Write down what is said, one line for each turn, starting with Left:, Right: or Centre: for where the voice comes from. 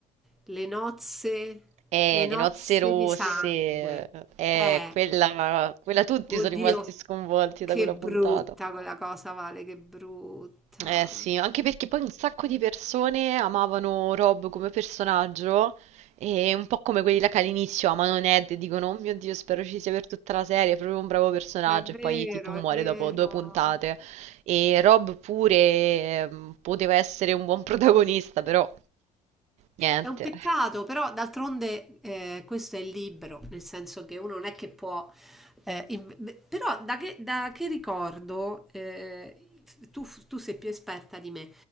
Centre: le nozze,
Right: Eh,
Centre: le nozze
Right: le nozze rosse,
Centre: di sangue.
Right: eh, eh,
Centre: Eh,
Right: quella, quella tutti
Centre: Oddio,
Right: sono rimasti sconvolti
Centre: che
Right: da quella
Centre: brutta
Right: puntata.
Centre: quella cosa, Vale, che brutta.
Right: Eh sì, anche perché poi un sacco di persone amavano Rob come personaggio e un po' come quelli là che all'inizio amano Ned e dicono, oh mio Dio, spero ci sia per tutta la serie, è proprio un bravo personaggio
Centre: È vero,
Right: e poi tipo muore
Centre: è vero.
Right: dopo due puntate. E Rob pure ehm, poteva essere un buon <laughs> protagonista, però niente.
Centre: È un peccato, però d'altronde eh, questo è il libro, nel senso che uno non è che può... eh, in- beh, però da che, da che ricordo, eh, tu, tu sei più esperta di me,